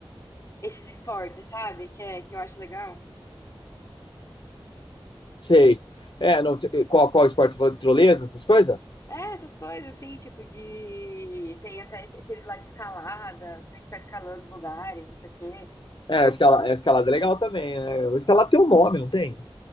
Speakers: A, on the left; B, on the left.
A: esses esportes, sabe? Que, é, que eu acho legal.
B: sei. É, não, sei- qual, qual esporte? Você falou de tirolesa, essas coisas?
A: É, essas coisas, assim, tipo, de. Tem até esse- aqueles lá de escalada, você tem que ficar escalando os lugares, não sei o quê.
B: É, a escala- a escalada é legal também, né? O escalada tem um nome, não tem?